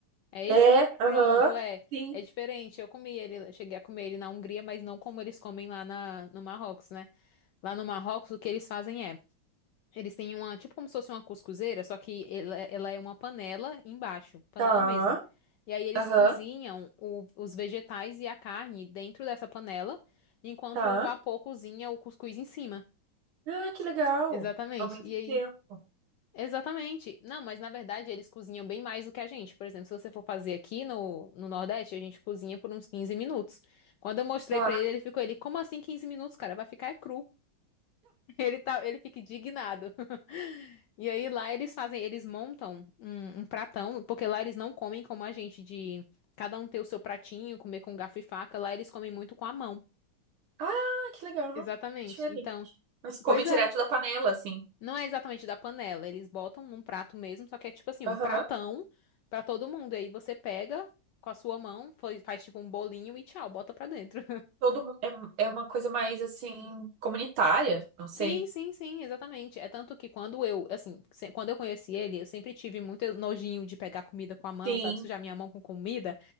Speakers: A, on the left; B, on the right.
A: É
B: É,
A: esse?
B: aham.
A: Pronto, é.
B: Sim.
A: É diferente. Eu comi ele, eu cheguei a comer ele na Hungria, mas não como eles comem lá na, no Marrocos, né? Lá no Marrocos o que eles fazem é Eles têm uma, tipo como se fosse uma cuscuzeira, só que ela, ela é uma panela embaixo, panela
B: Tá.
A: mesmo. E aí eles
B: Aham.
A: cozinham o- os vegetais e a carne dentro dessa panela, enquanto
B: Tá.
A: o vapor cozinha o cuscuz em cima.
B: Ah, que legal.
A: Exatamente.
B: Ao mesmo
A: E aí?
B: tempo.
A: Exatamente. Não, mas na verdade eles cozinham bem mais do que a gente. Por exemplo, se você for fazer aqui no, no Nordeste, a gente cozinha por uns 15 minutos. Quando eu mostrei
B: Tá.
A: pra ele, ele ficou, ele, como assim 15 minutos, cara? Vai ficar é cru. Ele tá, ele fica indignado. <laughs> E aí lá eles fazem, eles montam um, um pratão, porque lá eles não comem como a gente, de cada um ter o seu pratinho, comer com garfo e faca. Lá eles comem muito com a mão.
B: Ah, que legal.
A: Exatamente.
B: Diferente.
A: Então,
B: Mas come
A: pois
B: direto
A: é.
B: da panela, assim.
A: Não é exatamente da panela, eles botam num prato mesmo, só que é tipo assim,
B: Aham.
A: um pratão pra todo mundo. E aí você pega com a sua mão, faz, faz tipo um bolinho e tchau, bota pra dentro.
B: Todo mundo, é, é uma coisa mais, assim, comunitária, não sei.
A: Sim, sim, sim, exatamente. É tanto que quando eu, assim, se- quando eu conheci ele, eu sempre tive muito nojinho de pegar comida com a mão,
B: Sim.
A: sabe? Sujar minha mão com comida.